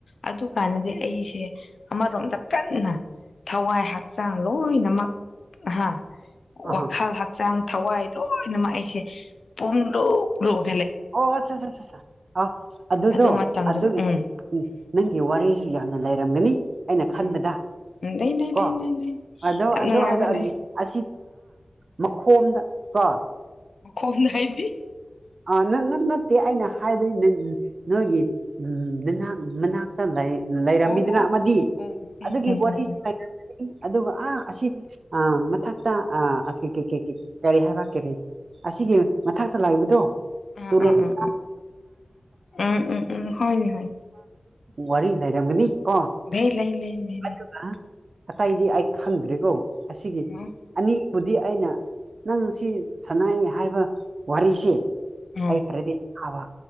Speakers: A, on the left; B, on the right.
A: ꯑꯗꯨꯀꯥꯟꯅꯗꯤ ꯑꯩꯁꯦ ꯑꯃꯔꯣꯝꯗ ꯀꯟꯅ ꯊꯋꯥꯏ ꯍꯛꯆꯥꯡ ꯂꯣꯏꯅꯃꯛ ꯍꯥ ꯋꯥꯈꯜ
B: ꯑꯥ
A: ꯍꯛꯆꯥꯡ ꯊꯋꯥꯏ ꯂꯣꯏꯅꯃꯛ ꯑꯩꯁꯦ ꯄꯨꯡ ꯂ ꯂ
B: ꯑꯣ ꯑꯆꯥ ꯑ ꯑꯗꯨꯗꯣ
A: ꯑꯗꯨ ꯃꯇꯝꯗꯨꯗ
B: ꯑꯗꯨꯒꯤ
A: ꯎꯝ
B: ꯅꯪꯒꯤ ꯋꯥꯔꯤꯁꯨ ꯌꯥꯝꯅ ꯂꯩꯔꯝꯒꯅꯤ ꯑꯩꯅ ꯈꯟꯕꯗ
A: ꯎꯝ ꯂꯩ ꯂꯩ
B: ꯀꯣ
A: ꯂꯩ ꯂꯩ ꯂꯩ
B: ꯑꯣ
A: ꯌꯥꯝ ꯅꯨꯡꯉꯥꯏꯕ
B: ꯑꯣ
A: ꯂꯩ
B: ꯑ ꯃꯈꯣꯝꯗ ꯀ
A: ꯃ ꯀꯣꯝꯅ ꯍꯥꯏꯗꯤ
B: ꯑ ꯅꯠꯇꯦ ꯑꯩꯅ ꯍꯥꯏꯕꯗꯤ ꯅꯣꯏꯒꯤ ꯅ ꯃꯅꯥꯛꯇ ꯂꯩꯔꯝꯃꯤꯗꯅ
A: ꯑꯣ ꯑꯣ ꯑꯣ
B: ꯑꯃꯗꯤ
A: ꯑꯣ ꯑꯣ ꯑꯣ ꯎꯝ
B: ꯑꯗꯨꯒꯤ
A: ꯎꯝ ꯎꯝ
B: ꯋꯥꯔꯤ
A: ꯎꯝ
B: ꯑꯗꯨꯒ ꯑꯥ ꯑꯁꯤꯅꯤ ꯑ ꯃꯊꯛꯇ ꯑ ꯀꯩ ꯀꯩꯩ ꯀꯔꯤ ꯍꯥꯏꯕ ꯀꯔꯤ ꯑꯁꯤꯒꯤ ꯃꯊꯛꯇ ꯂꯥꯛꯏꯕꯗꯣ
A: ꯑꯥ
B: ꯇꯨꯔꯦꯟꯔ
A: ꯑꯥ ꯑꯥ ꯎꯝ ꯎꯝ ꯎꯝ ꯍꯣꯏꯅꯦ ꯍꯣꯏ
B: ꯋꯥꯔꯤ ꯂꯩꯔꯝꯒꯅꯤ ꯀꯣ
A: ꯂꯩ ꯂꯩ ꯂꯩꯅꯦ
B: ꯑꯗꯨꯒ ꯑꯇꯩꯗꯤ ꯑꯩ ꯈꯪꯗ꯭ꯔꯦꯀꯣ ꯑꯁꯤꯒꯤ
A: ꯎꯝ
B: ꯑꯅꯤ ꯗꯤ ꯑꯩꯅ ꯅꯪ ꯁꯤ ꯁꯅꯥꯏ ꯍꯥꯏꯕ ꯋꯥꯔꯤꯁꯤꯦ
A: ꯎꯝ
B: ꯑꯩ ꯈꯔꯦꯗꯤ ꯊꯕ